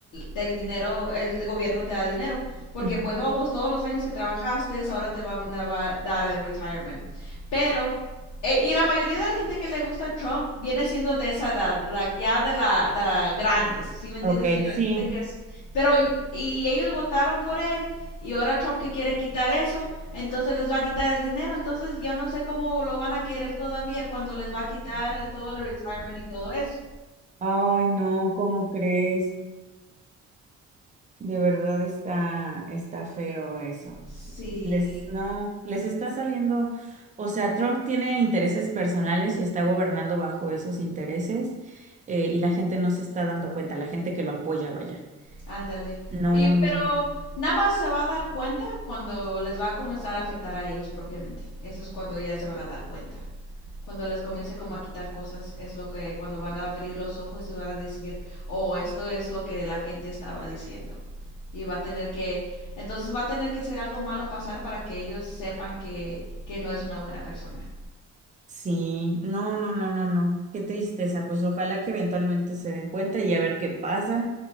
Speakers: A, on the left; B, on the right.
A: el dinero, el gobierno te da dinero, porque
B: Ujú.
A: pues, oh, pues todos los años que trabajaste, ahora te van a va a dar el retirement. Pero eh, y la mayoría de la gente que le gusta a Trump viene siendo de esa edad, la, ya de la, de la grandes, ¿sí me entiendes?
B: Ok,
A: Yo-
B: sí.
A: hay gente que es, pero y, y ellos votaron por él y ahora Trump que quiere quitar eso, entonces les va a quitar el dinero, entonces yo no sé cómo lo van a querer todavía cuando les va a quitar todo el retirement y todo eso.
B: Ay, no, ¿cómo crees? De verdad está, está feo eso.
A: Sí,
B: Les, no, les está saliendo, o sea, Trump tiene intereses personales y está gobernando bajo esos intereses, eh, y la gente no se está dando cuenta, la gente que lo apoya, vaya.
A: ándale.
B: No,
A: Y pero
B: no, no.
A: nada más se va a dar cuenta cuando les va a comenzar a afectar a ellos propiamente. Eso es cuando ya se van a dar cuenta. cuando les comience como a quitar cosas, es lo que cuando van a abrir los ojos y van a decir, oh, esto es lo que la gente estaba diciendo. Y va a tener que, entonces va a tener que ser algo malo pasar para que ellos sepan que, que no es una buena persona.
B: Sí, no, no, no, no, no. Qué tristeza. Pues ojalá que eventualmente se den cuenta y a ver qué pasa,